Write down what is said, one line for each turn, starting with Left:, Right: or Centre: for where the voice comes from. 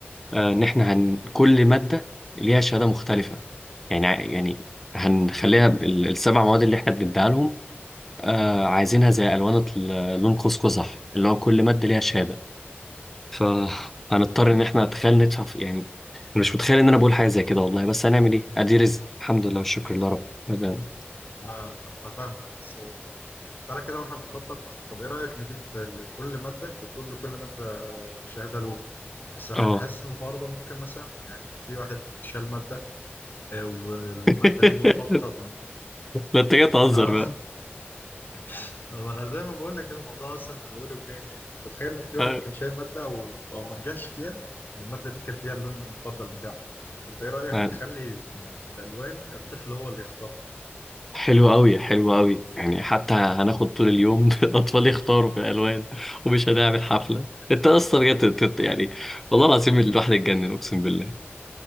Centre: آه، إن احنا هن كل مادة ليها شهادة مختلفة يعني ع- يعني هنخليها ال- السبع مواد اللي احنا بنديها لهم آه، عايزينها زي ألوان ال- لون قوس قزح اللي هو كل مادة ليها شهادة فهنضطر ان احنا تخيل ندفع في- يعني انا مش متخيل ان انا بقول حاجه زي كده والله بس هنعمل ايه ادي رزق الحمد لله والشكر لله رب بدأ-
Left: أنا أنا فاهمك So تعالى كده واحنا بنخطط طب ايه رأيك نجيب لكل مادة انت بتقول لكل مادة شهادة له بس انا
Centre: اه
Left: حاسس ان الحوار ده ممكن مثلا يعني لو في واحد شال مادة آه، والمادة
Centre: <laughs>
Left: دي مرتبطة بال
Centre: لا انت جاي تهزر
Left: اه
Centre: بقى
Left: <laughs> طب انا زي ما بقول لك كده، الموضوع اصلا من اوله جنان يعني فتخيل في واحد
Centre: آه،
Left: كان شايل مادة او او ما نجحش فيها والمادة دي كان فيها اللون المفضل بتاعه انت ايه رأيك
Centre: آه،
Left: نخلي الالوان الطفل هو اللي يختارها
Centre: حلو قوي حلو قوي يعني حتى هناخد طول اليوم <laughs> الاطفال يختاروا في الالوان ومش هنعمل حفله انت اصلا جاي تت- تت- يعني والله العظيم الواحد اتجنن اقسم بالله